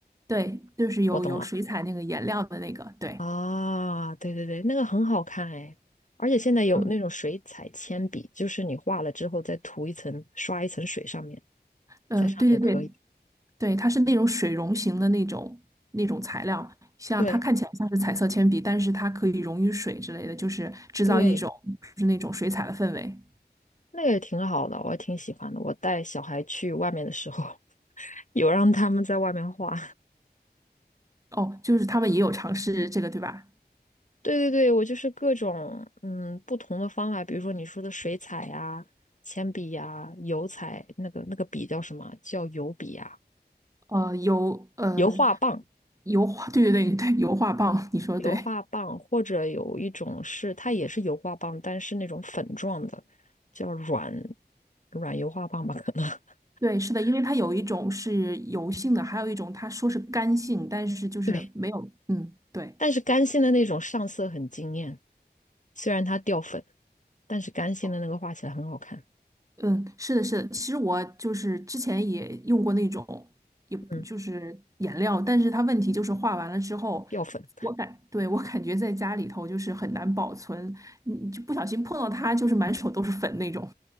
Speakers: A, on the right; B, on the left.
A: 对，就是有有水彩那个颜料的那个，
B: 我懂了。
A: 对，
B: 啊，对对对，那个很好看哎，而且现在有那种水彩铅笔，
A: 嗯，
B: 就是你画了之后再涂一层，刷一层水上面，
A: 呃，
B: 在上面也可以。
A: 对对对，对，它是那种水溶型的那种那种材料，像它看起来像是彩色铅笔，
B: 对
A: 但是它可以溶于水之类的，就是制造一种就是那种水彩的氛围。
B: 对，那个也挺好的，我也挺喜欢的。我带小孩去外面的时候，<laughs> 有让他们在外面画。
A: 哦，就是他们也有尝试这个，对吧？
B: <laughs> 对对对，我就是各种嗯不同的方法，比如说你说的水彩呀、铅笔呀、油彩，那个那个笔叫什么？叫油笔呀、
A: 呃，油呃
B: 油画棒、
A: 油画，对对对对，油画棒，你说的对。
B: 油画棒，或者有一种是它也是油画棒，但是那种粉状的，叫软软油画棒吧，可能。<laughs>
A: 对，是的，因为它有一种是油性的，还有一种它说是干性，但是就是没有，
B: 对，
A: 嗯，对。
B: 但是干性的那种上色很惊艳，虽然它掉粉，但是干性的那个画起来很好看。
A: 哦嗯，是的，是的。其实我就是之前也用过那种，也不就是颜料，
B: 嗯，
A: 但是它问题就是画完了之后，
B: 掉粉，
A: 我感，对，我感觉在家里头就是很难保存，你就不小心碰到它，就是满手都是粉那种。